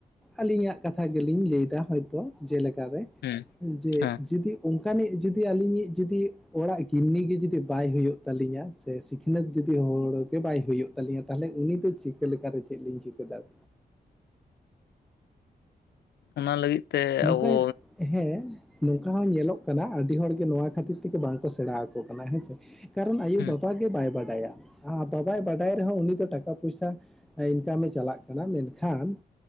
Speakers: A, in the centre; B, on the left.
A: ᱟᱹᱞᱤᱧᱟᱜ ᱠᱟᱛᱷᱟ ᱜᱮᱞᱤᱧ ᱞᱟᱹᱭᱫᱟ ᱦᱚᱭᱛᱳ ᱡᱮᱞᱮᱠᱟᱨᱮ
B: ᱦᱩᱸ
A: ᱡᱮ
B: ᱦᱮᱸ
A: ᱡᱩᱫᱤ ᱚᱱᱠᱟᱱᱤᱡ ᱡᱩᱫᱤ ᱟᱹᱞᱤᱧᱤᱡ ᱡᱩᱫᱤ ᱚᱲᱟᱜ ᱜᱤᱱᱱᱤᱜᱮ ᱡᱩᱫᱤ ᱵᱟᱭ ᱦᱩᱭᱩᱜ ᱛᱟᱹᱞᱤᱧᱟ ᱥᱮ ᱥᱤᱠᱷᱱᱟᱹᱛ ᱡᱩᱫᱤ ᱦᱚᱲ ᱜᱮ ᱵᱟᱭ ᱦᱩᱭᱩᱜ ᱛᱟᱹᱞᱤᱧᱟ᱾ ᱛᱟᱦᱞᱮ ᱩᱱᱤ ᱫᱚ ᱪᱤᱠᱟᱹ ᱞᱮᱠᱟᱨᱮ ᱪᱮᱫ ᱞᱤᱧ ᱪᱤᱠᱟᱹ ᱫᱟᱲᱮ
B: ᱚᱱᱟ ᱞᱟᱹᱜᱤᱫ ᱛᱮ
A: ᱱᱚᱝᱠᱟ
B: ᱟᱵᱚ
A: ᱦᱮᱸ ᱱᱚᱝᱠᱟ ᱦᱚᱸ ᱧᱮᱞᱚᱜ ᱠᱟᱱᱟ ᱟᱹᱰᱤ ᱦᱚᱲᱜᱮ ᱱᱚᱣᱟ ᱠᱷᱟᱹᱛᱤᱨ ᱛᱮᱜᱮ ᱵᱟᱝ ᱠᱚ ᱥᱮᱬᱟ ᱟᱠᱚ ᱠᱟᱱᱟ ᱦᱮᱸ ᱥᱮ ᱱᱮᱛᱟᱨ ᱨᱮᱱ ᱟᱭᱩᱼᱵᱟᱵᱟ
B: ᱦᱩᱸ
A: ᱜᱮ ᱵᱟᱭ ᱵᱟᱰᱟᱭᱟ ᱵᱟᱵᱟᱭ ᱵᱟᱰᱟᱭ ᱨᱮᱦᱚᱸ ᱩᱱᱤ ᱫᱚ ᱴᱟᱠᱟ ᱯᱚᱭᱥᱟ ᱤᱱᱠᱟᱢᱮ ᱪᱟᱞᱟᱜ ᱠᱟᱱᱟ ᱢᱮᱱᱠᱷᱟᱱ